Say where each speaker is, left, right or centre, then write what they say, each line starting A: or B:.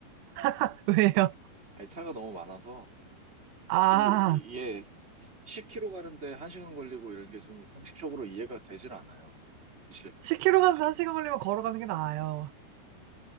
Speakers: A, on the right (about 75°); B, on the right (about 25°).
A: <laughs> 왜요?
B: 아니, 차가 너무 많아서
A: 아,
B: 요, 이게 10km 가는데 1시간 걸리고 이런 게 좀 상식적으로 이해가 되질 않아요. 사실
A: 10km 가서 1시간 걸리면 걸어가는 게 나아요.